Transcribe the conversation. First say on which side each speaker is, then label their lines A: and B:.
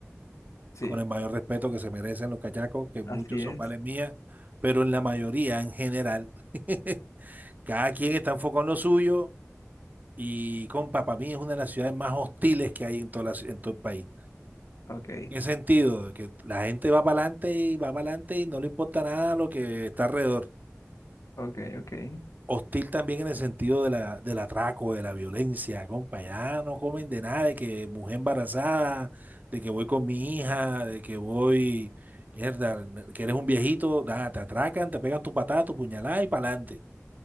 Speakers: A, on the left (about 70°); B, on the right (about 35°).
A: sí,
B: con el mayor respeto que se merecen los cachacos, que muchos
A: así
B: son
A: es.
B: vales mías, pero en la mayoría, en general, <laughs> cada quien está enfocado en lo suyo y, compa, para mí es una de las ciudades más hostiles que hay en, toda la ci- en todo el país.
A: Ok,
B: ¿En qué sentido? Que la gente va para adelante y va para adelante y no le importa nada lo que está alrededor.
A: ok, ok. Ay,
B: Hostil también en el sentido de la, del atraco, de la violencia, compa. Ya no comen de nada, de que mujer embarazada, de que voy con mi hija, de que voy, mierda, que eres un viejito, nada, te atracan, te pegan tu patada, tu puñalada y pa'lante.